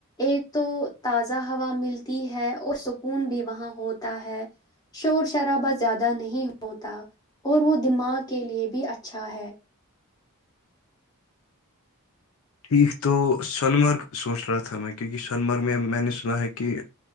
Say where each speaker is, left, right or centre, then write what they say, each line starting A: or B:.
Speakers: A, on the left; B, on the left.
A: ایک تو تازہ ہوا ملتی ہے اور سکون بھی وہاں ہوتا ہے شور شرابہ زیادہ نہیں ہوتا اور وہ دماغ کے لیئے بھی اچھا ہے
B: ٹھیک تو سون مرگ سوچ رہا تھا میں کیونکہ سونمرگ میں میں نے سنا ہے کہ